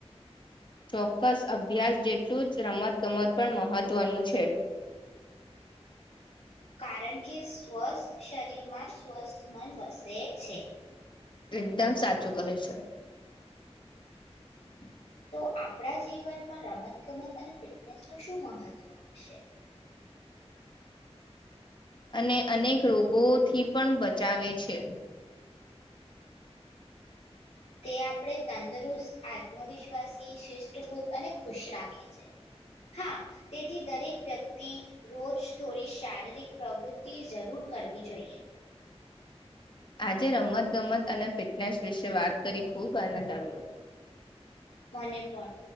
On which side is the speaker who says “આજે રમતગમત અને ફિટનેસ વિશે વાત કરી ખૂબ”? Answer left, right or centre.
Left